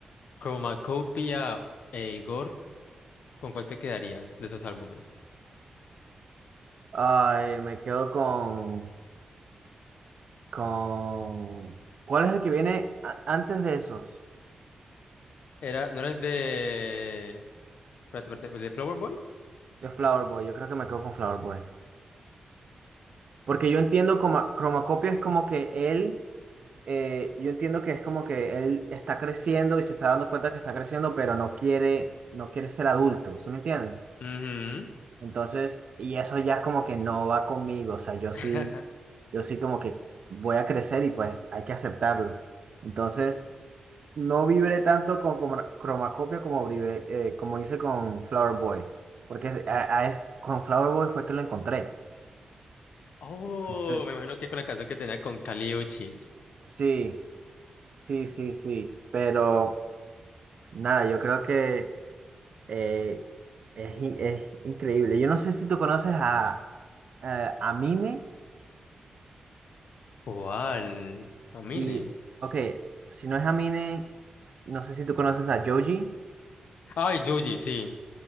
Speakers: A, on the left; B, on the right.
A: Chromacopia e Igor, ¿con cuál te quedarías de esos álbumes?
B: ay, me quedo con, con, ¿cuál es el que viene a- antes de esos?
A: Era, ¿no era el de, espérate, espérate, el de Flower Boy?
B: De Flower Boy, yo creo que me quedo con Flower Boy. Porque yo entiendo como Cromacopia es como que él, eh, yo entiendo que es como que él está creciendo y se está dando cuenta que está creciendo, pero no quiere, no quiere ser adulto, ¿sí me entiendes?
A: Ujú.
B: Entonces, y eso ya es como que no va conmigo, o sea, yo
A: <laughs>
B: sí, yo sí como que voy a crecer y pues hay que aceptarlo. Entonces, no vibré tanto con, croma- Chromacopia como, vibré, eh, como hice con Flower Boy, porque es- a- a es- con Flower Boy fue que lo encontré.
A: Oh,
B: Entonces,
A: me imagino que con la canción que tenía con Kali Uchis.
B: sí, sí, sí, sí, pero nada, yo creo que eh, es, in- es increíble. Yo no sé si tú conoces a, a, a Mine.
A: ¿Cuál? Amine.
B: Y, ok, si no es Amine, no sé si tú conoces a Joji.
A: Ay, Yuji, sí.